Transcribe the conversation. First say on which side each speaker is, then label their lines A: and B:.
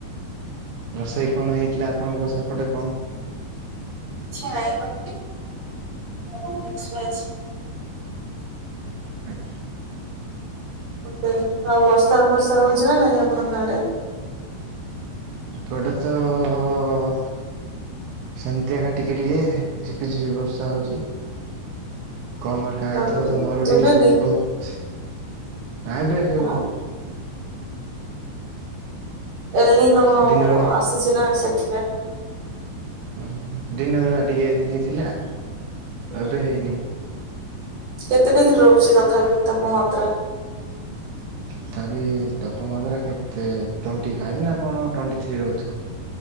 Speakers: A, on the right (about 85°); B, on the right (about 50°).
A: ରୋଷେଇ କଣ ହେଇଥିଲା ଆପଣଙ୍କ ସେପଟେ କଣ?
B: <inaudible>
A: ଆଜ୍ଞା।
B: ଏ-ଏ ଆଉ ବର୍ଷା ବର୍ଷା ହଉଛି ନା ନାଇଁ ଆପଣଙ୍କ ଆଡେ?
A: ଏପଟେ ତ-ଅ-ଅ-ଅ-ଅ-ଅ ସେମିତି ଆକା ଟିକେ ଟିକେ ଝିପି ଝିପି ବର୍ଷା ହଉଚି। କମ ଏକା
B: ଓକେ
A: ଏଥର ତ ମରୁଡି-ଇ-ଇ-ଇ
B: ଏବେ ବି
A: ବହୁତ, ନାଇଁ ଏବେ ହେଉନି।
B: ହଁ। ହୁଁ <unintelligible>
A: ଦିନ ବେଳା।
B: ଆସଛିି ନା ସେ ହ
A: ହୁଁ ହୁଁ ଦିନ ବେଳା ଟିକେ ହେଇଥିଲା
B: ହୁଁ
A: ଏବେ ହେଇନି।
B: କେତେ ଡ଼ିଗ୍ରୀ ରହୁଛି ତଥାପି ତାପମାତ୍ରା?
A: ତଥାପି ତାପମାତ୍ରା କେତେ ଟ୍ୱେନ୍ଟି ଫାଇବ ନା କଣ ଟ୍ୱଣ୍ଟି ଥ୍ରି ରହୁଥିବ।